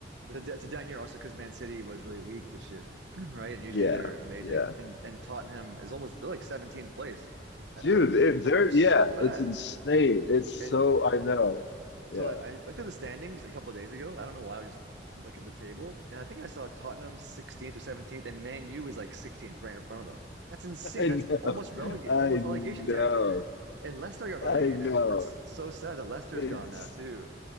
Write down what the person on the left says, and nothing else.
yeah,
yeah,
dude.
It, they're
yeah,
it's insane. It's so
I know. Yeah,
<laughs> I
know.
I
know.
I know.
It's